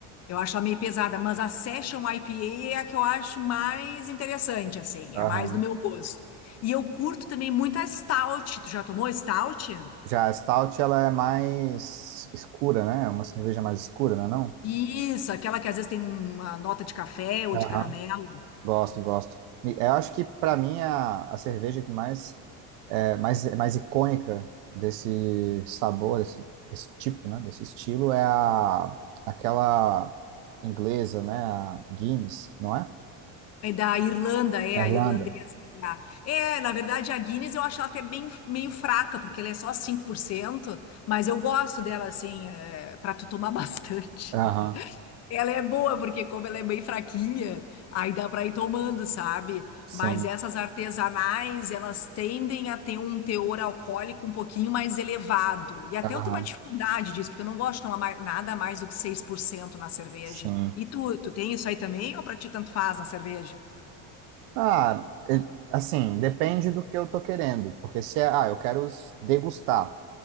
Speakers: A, on the left; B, on the right.
A: eu acho ela meio pesada, mas a Session IPA é a que eu acho mais interessante, assim,
B: aham.
A: é mais do meu gosto. E eu curto também muito a Stout. Tu já tomou Stout?
B: Já a Stout, ela é mais escura, né? É uma cerveja mais escura, não é não?
A: Isso, aquela que às vezes tem uma nota de café ou
B: Aham.
A: de caramelo.
B: Gosto, gosto. E Eu acho que para mim a, a cerveja que mais é mais, é mais icônica desse sabor, desse, desse tipo, né, desse estilo é a aquela inglesa, né, a Guinness, não é?
A: É da Irlanda, é
B: Na
A: a
B: Irlanda.
A: irlandesa. É, a- é, na verdade, a Guinness eu acho ela até bem, meio fraca, porque ela é só 5% mas eu gosto dela, assim, é, para tu tomar <laughs> bastante.
B: Aham.
A: Ela é boa, porque como ela é bem fraquinha, aí dá para ir tomando, sabe?
B: Sim.
A: Mas essas artesanais, elas tendem a ter um teor alcoólico um pouquinho mais elevado. E até
B: Aham.
A: eu tenho uma dificuldade disso, porque eu não gosto de tomar mais- nada mais do que 6% na cerveja.
B: Sim.
A: E tu, tu tem isso aí também, ou pra ti tanto faz na cerveja?
B: Ah, e- assim, depende do que eu tô querendo, porque se é, ah, eu quero s- degustar,